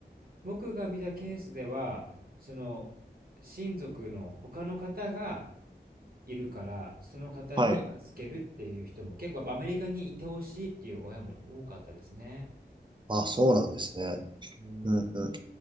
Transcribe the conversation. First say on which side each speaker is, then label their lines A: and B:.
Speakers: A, on the right; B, on the right.
A: 僕が見たケースでは、その、親族の他の方がいるから、その方に預けるっていう人も、
B: はい。
A: 結構やっぱアメリカにいてほしいっていう親も多かったですね。
B: あ、そうなんですね。
A: うん。
B: うんうん。